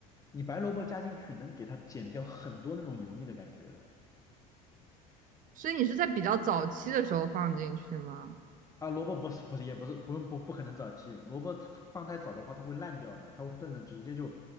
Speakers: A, on the left; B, on the right.
A: 你白萝卜加进去能给它减掉很多那种油腻的感觉的。
B: 所以你是在比较早期的时候放进去吗？
A: 啊，萝卜不是不是也不是不用不不可能早期，萝卜放太早的话它会烂掉的，它会炖的直接就